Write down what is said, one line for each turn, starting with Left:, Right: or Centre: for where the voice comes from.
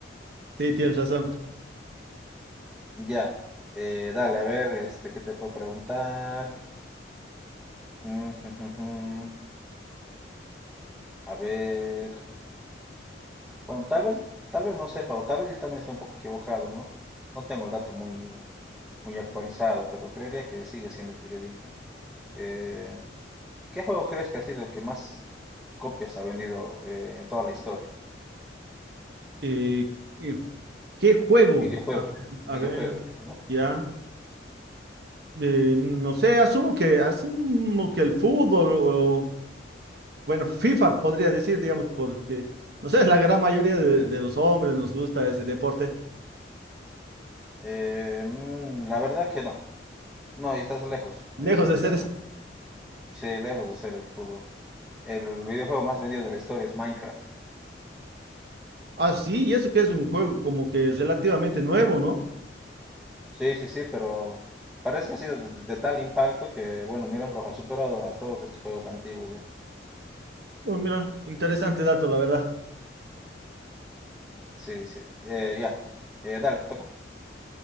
Right: sí, tienes razón.
Centre: Ya, eh, dale, a ver, este, ¿qué te puedo preguntar? Mm, jujujú, A ver, bueno, tal vez, tal vez no sepa, o tal vez yo también esté un poco equivocado, ¿no? No tengo el dato muy, muy actualizado, pero creería que sigue siendo fidedigno. Eh, ¿qué juego crees que ha sido el que más copias ha vendido eh, en toda la historia?
Right: Eh, eh, ¿qué juego?
Centre: Videojuego,
Right: A ver, a
Centre: videojuego,
Right: ver,
Centre: digamos, ¿no?
Right: ya. Eh, no sé, asumo que, asumo que el fútbol o, bueno, FIFA podría decir, digamos, porque, no sé, la gran mayoría de, de los hombres nos gusta ese deporte.
Centre: Eh, mm, la verdad que no, no, y estás lejos,
Right: Lejos
Centre: eh,
Right: de ser
Centre: sí, lejos de ser el fútbol. El videojuego más vendido de la historia es Minecraft.
Right: así, y eso que es un juego como que relativamente nuevo, ¿no?
Centre: Sí, sí, sí, pero parece que ha sido de, de- de tal impacto que, bueno, mira, los ha superado a todos estos juegos antiguos ya.
Right: Oh, mira, interesante dato, la verdad.
Centre: Sí, sí. Eh, ya. Eh, dale, te toca.